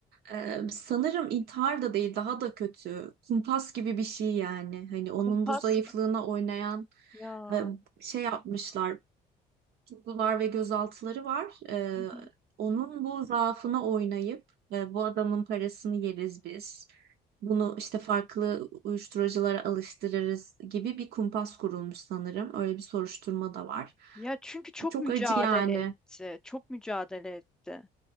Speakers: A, on the right; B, in the centre.
A: E, sanırım intihar da değil, daha da kötü. Kumpas gibi bir şey yani. Hani onun
B: Kumpas
A: bu zayıflığına
B: mı?
A: oynayan
B: Ya.
A: e, şey yapmışlar tutuklular ve gözaltıları var. Ee,
B: Hı hı.
A: onun bu zaafını oynayıp e, bu adamın parasını yeriz biz. Bunu işte farklı uyuşturuculara alıştırırız gibi bir kumpas kurulmuş sanırım. Öyle bir soruşturma da var.
B: Ya çünkü çok
A: Çok
B: mücadele
A: acı yani.
B: etti. Çok mücadele etti.